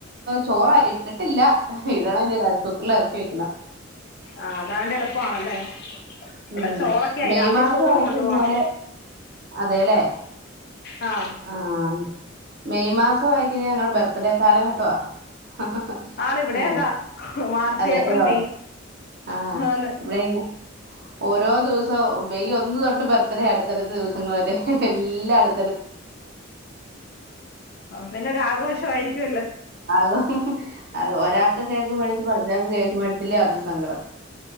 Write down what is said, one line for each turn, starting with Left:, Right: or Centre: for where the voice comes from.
Right: ചോറാഇട്ടിട്ട് ട്ടില്ല ഇടണന് റൈസ് കുക്കറില് എറക്കി വെക്കണം
Left: ആ അതാണ്ട് എളുപ്പാണല്ലേ ഇവിടെ
Right: ഉം
Left: ചോറൊക്കേയി
Right: മെയ്
Left: രാവിലെ
Right: മാസം
Left: ചോറ്
Right: ആയിക്കഴിഞ്ഞാല്
Left: കൊണ്ടുവോണം
Right: അതേല്ലേ
Left: ആ
Right: ആഹ് മെയ് മാസം വായിക്കഴിഞ്ഞാ ഞങ്ങളടെ ബർത്ത്ഡേ കാലഘട്ടവാ ആഹ ഹാ
Left: ആണ് ഇവിടെ
Right: ഹാ
Left: അതാ മാർച്ച്
Right: അതെ
Left: ഏപ്രിൽ
Right: അ്യോ
Left: മെയ്
Right: ആഹ
Left: ആന്ന്
Right: എവിടൊയിന ഓരോ ദിവസം മെയ് ഒന്ന് തൊട്ട് പർത്തഡേ അടുത്തടുത്ത ദിവസങ്ങൾ വരെ എല്ലാംടു
Left: അപ്പൊ പിന്നെ ഒരാഘോഷമായിരിക്കുമല്ലോ
Right: <unintelligible> ഹ് ല്ലേ അതും സങ്കടം